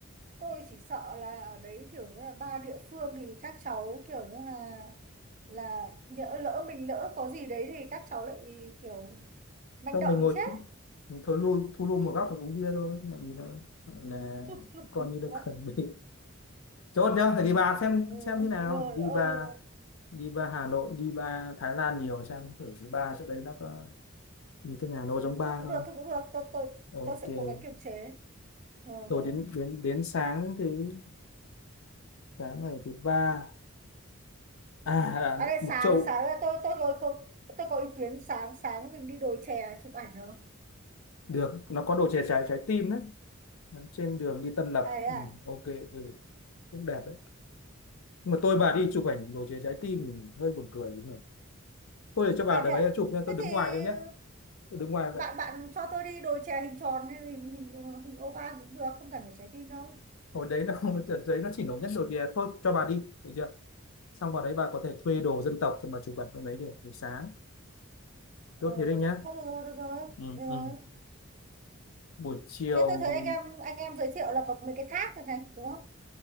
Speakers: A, on the right; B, on the left.
A: tôi chỉ sợ là ở đấy kiểu như là ba địa phương thì các cháu kiểu như là là nhỡ lỡ mình lỡ có gì đấy thì các cháu lại kiểu manh
B: xong
A: động
B: mình ngồi
A: thì chết
B: mình thôi lui thu lui một góc mình uống bia thôi làm gì đâu Gọi là
A: <laughs>
B: coi như được chuẩn bị chốt nhá phải đi bar xem
A: ừ,
B: xem như nào
A: rồi,
B: đi
A: ôi,
B: bar đi bar Hà Nội đi bar Thái Lan nhiều xem thử cái bar chỗ đấy nó có như thế nào nó có
A: ừ,
B: giống bar
A: thôi cũng
B: không
A: được thôi cũng được tôi tôi
B: ok
A: tôi sẽ cố gắng kiềm chế rồi
B: rồi
A: rồi
B: đến đến đến sáng thứ sáng ngày thứ ba à à, à,
A: bạn ơi
B: Mộc
A: sáng
B: Châu
A: sáng là tôi tôi có có- tôi có ý kiến sáng sáng mình đi đồi chè chụp ảnh được không
B: được nó có đồ chè trái trái tim đấy trên đường đi Tân Lập
A: à, thế
B: ừ,
A: à
B: ok ừ, cũng đẹp đấy nhưng mà tôi bà đi chụp ảnh đồ chè trái tim thì hơi buồn cười nhỉ. tôi để cho bà
A: à
B: để
A: thế
B: đấy
A: à
B: chụp nha tôi
A: thế
B: đứng
A: thì
B: ngoài thôi nhé
A: ừ,
B: tôi đứng ngoài vậy
A: bạn bạn cho tôi đi đồ chè hình tròn hay là hình hình, ờ, hình oval thì cũng được không cần phải trái tim đâu
B: hồi đấy nó không đợt đấy nó chỉ nổi nhất đồ chè thôi cho bà đi được chưa xong vào đấy bà có thể thuê đồ dân tộc cho bà chụp ảnh con đấy được buổi sáng
A: ờ,
B: tốt thế đấy nhá
A: thôi được rồi được rồi
B: ừ,
A: được
B: ừ.
A: rồi
B: buổi chiều
A: thế tôi thấy
B: thì
A: anh em anh em giới thiệu là có mấy cái thác này này đúng không